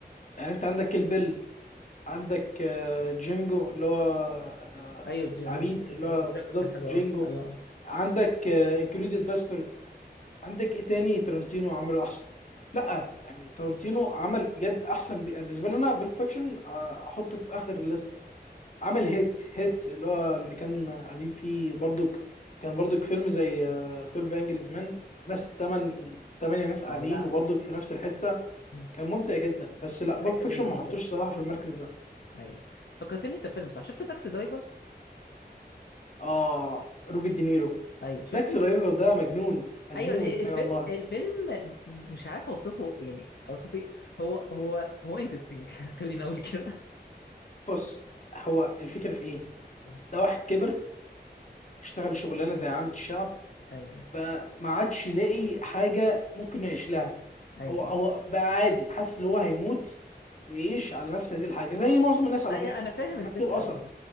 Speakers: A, on the left (about 45°); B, on the left (about 75°).
A: يعني انت عندك كيل بيل عندك آه، جينجو اللي هو آه،
B: ايوه جانجو
A: العبيد اللي
B: جانجو
A: هو
B: جانجو
A: بالظبط
B: كان حلو
A: جينجو
B: قوي ايوه أيوة.
A: عندك انكريديد باسترد عندك ايه تاني تارانتينو عمله احسن لا يعني تارانتينو عمل بجد احسن بي- يعني بالنسبه لي انا بيل فاكشن آه، احطه في اخر الليست عمل هيت هيت اللي هو اللي كان قاعدين فيه برضك كان برضك فيلم زي آه، 12 انجريز مان ناس تمن تمانية ناس قاعدين
B: اه
A: وبرضك في نفس الحتة
B: لا
A: كان ممتع جدا بس
B: مش
A: لا بول
B: متاكد
A: فيكشن
B: ان انا
A: ما حطوش
B: شفته
A: صراحة في المركز ده
B: ايوه فكرتني انت فيلم صح شفت تاكسي درايفر
A: اه روبي دينيرو
B: ايوه شفته
A: تاكسي درايفر ده مجنون مجنون
B: ايوه ال- ال- الفيلم
A: اي أيوة والله
B: الفيلم م- مش عارف اوصفه يعني اوصفه إيه. هو هو هو انترستنج <laughs> خليني اقول كده
A: بص هو الفكرة في ايه
B: ايوه
A: ده واحد كبر اشتغل شغلانة زي عامة الشعب
B: ايوه
A: بقى ما عادش لاقي حاجة ممكن يعيش لها
B: ايوه
A: هو هو بقى عادي حاسس ان هو هيموت ويعيش على نفس هذه الحاجه زي معظم الناس على
B: ايوه
A: فكره
B: انا فاهم
A: مش
B: الفكره
A: هتسيب اثر
B: ايوه